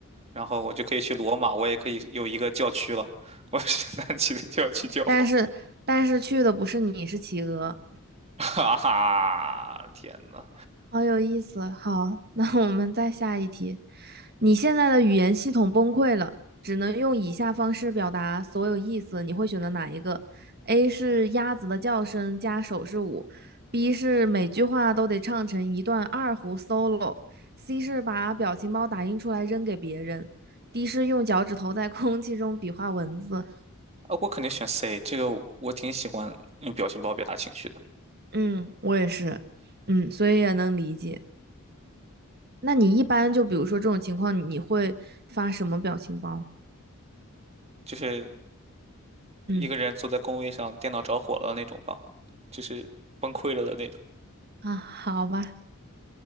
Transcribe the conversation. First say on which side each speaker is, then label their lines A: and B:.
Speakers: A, on the right (about 30°); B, on the right (about 45°).
A: 然后我就可以去罗马，我也可以有一个教区了，<laughs> 我是南极的教区教皇，
B: 但是但是去的不是你，是企鹅。
A: <laughs> 哈哈，天呐！
B: 好有意思。好，<laughs> 那我们再下一题。你现在的语言系统崩溃了，只能用以下方式表达所有意思，你会选择哪一个？A 是鸭子的叫声加手势舞，B 是每句话都得唱成一段二胡 solo，C 是把表情包打印出来扔给别人，D 是用脚趾头在空气中比划文字。
A: 啊，我肯定选 C，这个我挺喜欢用表情包表达情绪的，
B: 嗯，我也是，嗯，所以也能理解。那你一般就比如说这种情况，你会发什么表情包？
A: 就是一个人坐在工位上，
B: 嗯
A: 电脑着火了那种吧，就是崩溃了的那种
B: 啊，好吧，